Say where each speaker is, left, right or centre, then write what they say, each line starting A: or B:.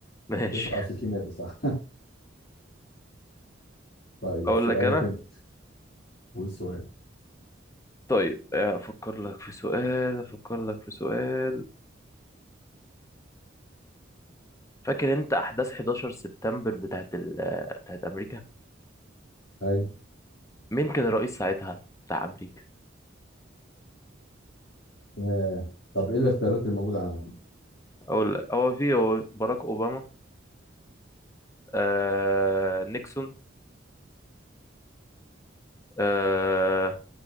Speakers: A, on the left; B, on the left.
A: ماشي
B: 69 اللي صح <laughs> طيب
A: اقول
B: سؤالك
A: لك انا
B: أنت والسؤال
A: طيب آه، افكر لك في سؤال افكر لك في سؤال فاكر انت احداث 11 سبتمبر بتاعت ال... بتاعت امريكا
B: طيب
A: مين كان الرئيس ساعتها بتاع امريكا
B: آه. طب إيه الاختيارات اللي موجودة عندك؟
A: اقول لك هو في هو باراك اوباما آه نيكسون آه